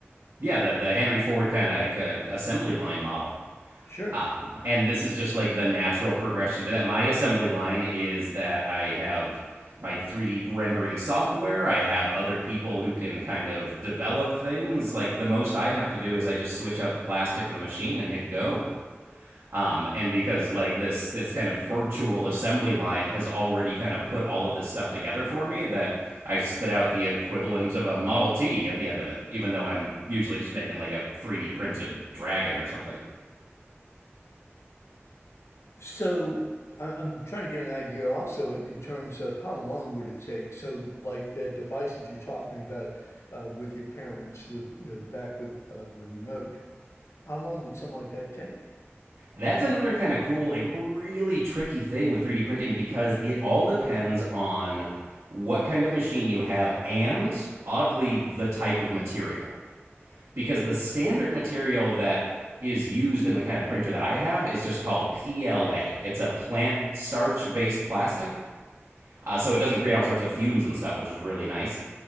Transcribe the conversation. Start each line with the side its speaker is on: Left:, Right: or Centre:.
Right: Yeah, the the Henry Ford kind of uh, assembly line model.
Left: Sure.
Right: Um, and this is just like the natural progression to that. My assembly line is that I have my 3D rendering software. I have other people who can kind of develop things. Like the most I have to do is I just switch out the plastic in the machine and hit go. Um, and because like this this kind of virtual assembly line has already kind of put all of this stuff together for me, that I spit out the equivalent of a Model T at the end of it, even though I'm usually just making like a 3D printed dragon or something.
Left: So I- am trying to get an idea also in terms of how long would it take? So like the device that you're talking about uh, with your parents, the you know the back of, of the remote, how long would something like that take?
Right: That's another kind of cool, like really tricky thing with 3D printing because it all depends on what kind of machine you have and oddly the type of material. Because the standard material that is used in the kind of printer that I have is just called PLA. It's a plant starch based plastic. Uh, so it doesn't create all sorts of fumes and stuff, which is really nice.